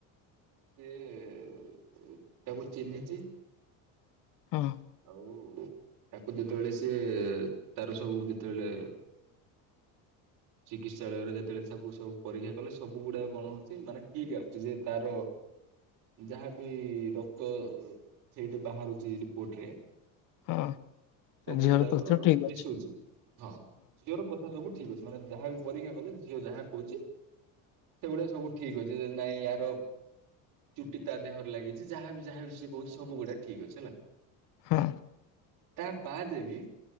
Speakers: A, on the right; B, on the left.
A: ସିଏ ତାକୁ ଚିହ୍ନିଚି।
B: ହଁ।
A: ଆଉ ତାକୁ ଯେତେବେଳେ ସିଏ ତାର ସବୁ ଯେତବେଳେ ଚିକିତ୍ସାଳୟରେ ଯେତେବେଳେ ତାକୁ ସବୁ ପରୀକ୍ଷା କଲେ ସବୁ ଗୁଡ଼ାକ କଣ ହଉଛି ମାନେ ଠିକ୍ ଆସୁଛି ଯେ ତାର ଯାହାବି ରକ୍ତ ସେଇଠି ବାହାରୁଚି ରିପୋର୍ଟରେ
B: ହଁ ସେ
A: ସବୁ
B: ଝିଅର
A: ଗୁଡ଼ାକ
B: ତଥ୍ୟ ଠିକ୍ ଅଛି।
A: ମିଶୁଚି। ହଁ, ଝିଅର କଥା ସବୁ ଠିକ୍ ଅଛି। ମାନେ ଯାହାବି ପରୀକ୍ଷା କଲୁ, ଝିଅ ଯାହା କହୁଚି ସେଗୁଡ଼ା ସବୁ ଠିକ୍ ଅଛି, ନାଇଁ ଆର ଚୁଟି ତା ଦେହରେ ଲାଗିଚି। ଯାହାବି, ଯାହାବି ସିଏ କହୁଛି, ସବୁ ଗୁଡ଼ା ଠିକ୍ ଅଛି, ହେଲା।
B: ହଁ।
A: ତା ବାଦ୍ ବି